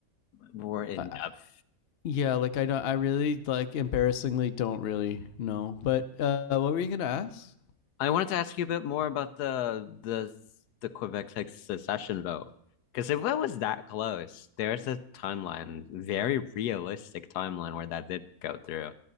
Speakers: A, on the left; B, on the left.
A: more in
B: Uh,
A: depth.
B: yeah, like I don't. I really like embarrassingly don't really know. But uh, what were you gonna ask?
A: I wanted to ask you a bit more about the the the Quebec like, secession vote because if it was that close, there's a timeline, very realistic timeline where that did go through.